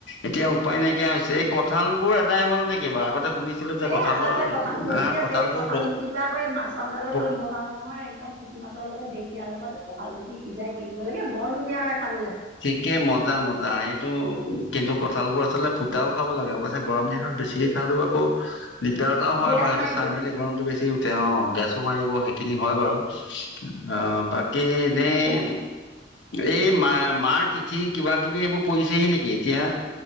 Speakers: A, on the left; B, on the right.
A: এতিয়া উপায় নাইকিয়া হৈছে। এই কঁঠাল বোৰ এদাই হ'ল নেকি বাৰু? আগতে শুনিছিলোঁ যে
B: এ
A: কঁঠালৰ
B: আছে আছে, কঁঠাল পকি
A: আহ
B: আছে
A: কঁঠালবোৰ
B: এ কঁঠাল
A: পক
B: গুটিটোৱ আকৌ এই মাছৰ আঞ্জাৰ লগত
A: পক
B: খাবলে বৰ ভাল নহয় একদম পুঠি মাছৰ লগত ঢেঁকীয়া লগত কঁঠাল গুটি সিজাই দি দিব লাগে বৰ ধুনীয়া হয় খাবলৈ।
A: তাকে মজা মজা। জায়েতো কিন্তু কঁঠাল বোৰ আচলতে ফুটাও খাব লাগে অৱশ্যে গৰম দিনত বেছিকে খালো আকৌ দিগদাৰ এটাও হয়
B: গেছ
A: বাও সেইটো
B: মাৰিব
A: চাই মেলি গৰমটো বেছি উঠে অঁ, গেছো মাৰিব সেইখিনি হয় বাৰু। অঁ বা কি এনেই
B: তাকেতো
A: এই মা মাৰ তিথি কিবা খিনি এইবোৰ পৰিছেহি নেকি এতিয়া